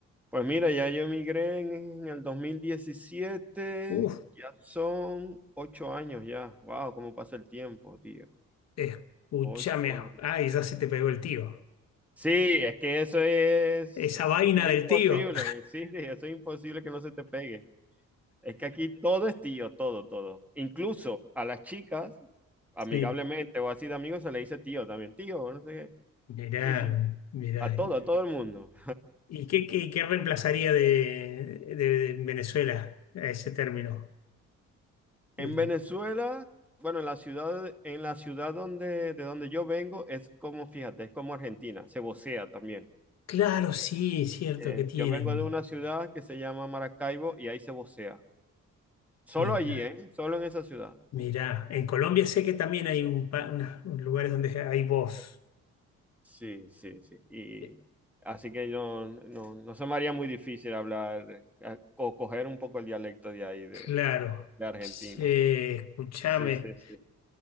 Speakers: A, in the centre; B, on the left (about 60°).
A: Pues mira, ya yo emigré en, en el dos mil diecisiete.
B: Uf,
A: ya son ocho años ya. Wow, cómo pasa el tiempo, tío.
B: escúchame.
A: Ocho años.
B: Ay, ya se te pegó el tío.
A: Sí, es que eso es,
B: Esa vaina
A: eso es
B: del
A: imposible.
B: tío. <laughs>
A: Sí, sí, eso es imposible que no se te pegue. Es que aquí todo es tío, todo, todo. Incluso a las chicas, amigablemente
B: Sí.
A: o así de amigos, se le dice tío también. Tío, no sé
B: Mirá,
A: qué. Sí, sí.
B: mirá.
A: A todo,
B: ¿Y
A: a todo el mundo.
B: y qué, qué- qué reemplazaría de, de Venezuela a ese término?
A: En
B: El-
A: Venezuela, bueno, en la ciudad, en la ciudad donde, de donde yo vengo, es como, fíjate, es como Argentina, se vocea también.
B: Claro, sí, cierto
A: Eh,
B: que tienen.
A: yo vengo de una ciudad que se llama Maracaibo y ahí se vocea. Solo
B: Mira.
A: allí, ¿eh? Solo en esa ciudad.
B: Mirá, en Colombia sé que también hay un pa- unas- lugares donde hay voz.
A: Sí, sí, sí. Y
B: Eh,
A: así que no, no, no se me haría muy difícil hablar eh, o coger un poco el dialecto de ahí, de,
B: Claro.
A: de Argentina.
B: Che, escúchame.
A: Sí, sí, sí.